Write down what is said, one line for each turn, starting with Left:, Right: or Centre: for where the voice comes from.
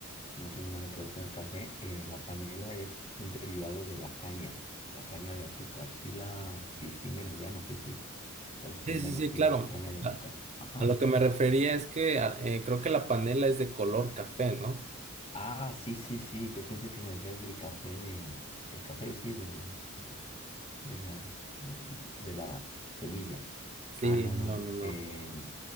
Left: no tiene nada que ver con el café. Eh, la panela es un derivado de la caña, la caña de azúcar. Si la distinguen allá, no sé si la distingan
Right: Sí, sí, sí,
Left: así,
Right: claro.
Left: caña de azúcar.
Right: A
Left: Ajá.
Right: a lo que me refería es que a- eh, creo que la panela es de color café, ¿no?
Left: Ah, sí, sí, sí. Yo pensé que me decías del café de, del café, sí, del, de la, de de la semilla.
Right: Sí,
Left: Ah, no,
Right: no,
Left: no.
Right: no, no.
Left: eh,